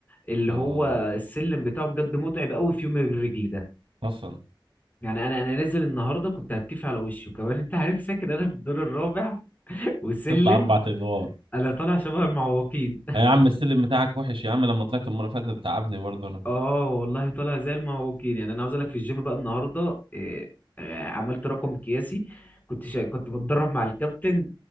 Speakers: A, on the left (about 20°); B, on the right (about 90°).
A: اللي
B: اه
A: هو السلم بتاعه بجد متعب قوي في يوم الرجل ده
B: اصلا
A: يعني انا انا نازل النهارده كنت هتكيف على وشي وكمان انت عارف ساكن انا في الدور الرابع وسلم
B: تطلع اربع ادوار
A: انا طالع شبه المعوقين
B: يا عم السلم بتاعك وحش يا عم لما طلعت المرة اللي فاتت تعبني برضه انا
A: اه والله طالع زي المعوجين يعني انا عاوز اقول لك في الجيم بقى النهارده إيه، آه، عملت رقم قياسي كنت شا... كنت بتدرب مع الكابتن